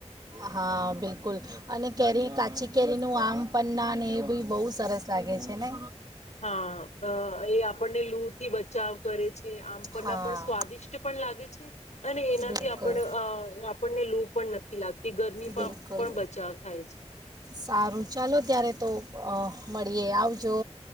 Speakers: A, on the right; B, on the left.
A: હા બિલકુલ અને કેરી કાચી કેરીનું આમ પન્ના ને એ બી બહુ સરસ લાગે છે ને.
B: હા એ આપણને લૂ થી બચાવ કરે. છે. આમ પન્ના
A: હા
B: પણ સ્વાદિષ્ટ પણ લાગે છે. અને એનાથી
A: બિલકુલ
B: આપણ અ આપણને લૂ પણ નથી લાગતી ગરમીમાં
A: બિલકુલ
B: પણ બચાવ થાય છે.
A: સારું ચાલો ત્યારે તો અ, મળીએ આવજો.